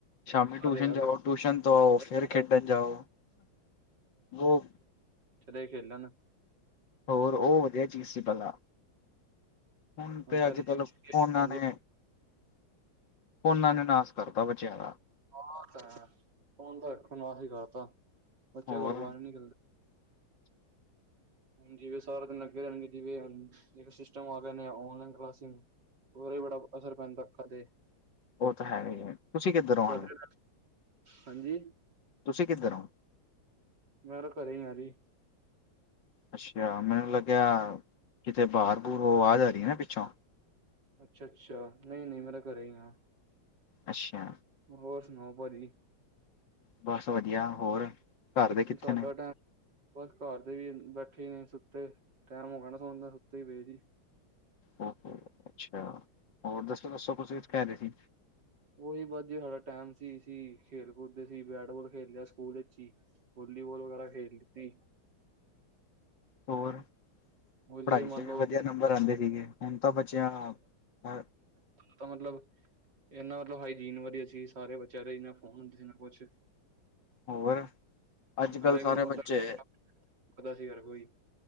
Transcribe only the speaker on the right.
ਘਰ
ਅਗਰ
ਇੱਕ ਅੱਧਾ
ਹੂੰ
ਚੱਲੇ ਖੇਲਣ
ਹੁਣ
ਪਹਿਲੇ
ਪੈਂਦੀ
ਹਾਂ
ਆ ਤੇ ਹੈ ਫੋਣ ਤਾਂ ਰਖਣ ਆ ਸੀਗਾਤਾ ਬੱਚੇ
ਘਰੋਂ ਬਾਹਰ ਨੀ ਨਿਕਲਦੇ ਹਾਂਜੀ ਸਾਰਾ ਦਿਨ ਲੱਗੇ ਰਹਿਣ ਗਏ ਟੀਵੀ ਨੇ ਜਵੇ ਸਿਸਟਮ ਆ ਗਿਆ ਔਨਲਾਈਨ ਕਲਾਸੀਗ ਉਹਦਾ ਬੜਾ ਅਸਰ ਪੈਂਦਾ ਅੱਖਾਂ ਤੇ
ਸਾਡੇ
ਹਾਂਜੀ
ਮੈਂ ਤਾਂ ਘਰੇ ਆ ਜੀ
ਅੱਛਾ ਅੱਛਾ ਨਹੀਂ ਨਹੀਂ ਮੈਂ ਤਾ ਘਰੇ ਹਾਂ
ਹੋਰ ਸੁਣਾਓ ਭਾਜੀ
ਸਾਡਾ
ਟੈਮ ਬਸ ਘਰ ਦੇ ਵੀ ਬੈਠੇ, ਸੁੱਤੇ ਟੈਮ ਹੋ ਗਿਆ ਨਾ ਸੌਣ ਦਾ ਸੁੱਤੇ ਪਏ ਜੀ
ਉਹੀ ਬਸ ਜੀ ਸਾਡਾ ਟਾਈਮ ਸੀ ਸੀ ਖੇਲ ਕੂਦਦੇ ਸੀ ਬੈਟਬਾਲ ਖੇਲਿਆ ਸਕੂਲ ਵਿਚ ਹੀ ਵੋਲੀਬੋਲ ਵਗੈਰਾ ਖੇਲਤੀ
ਹੋਰ
ਜਿਵੇਂ
ਮੰਨ
ਲਓ
ਇਕ ਤਾਂ ਮਤਲਬ ਇਹਨਾ ਮਤਲਬ ਹਾਈਜੀਨ ਵਧੀਆ ਸੀ ਸਾਰੇ ਬੱਚਿਆਂ ਦੇ ਨਾ ਫੋਨ ਹੁੰਦੇ ਸੀ ਨਾ ਕੁਛ
ਹਰ
ਇੱਕ ਨੂੰ
ਉਦਣ ਟਪ -ਟਪ ਪਤਾ ਸੀ ਹਰ ਕੋਈ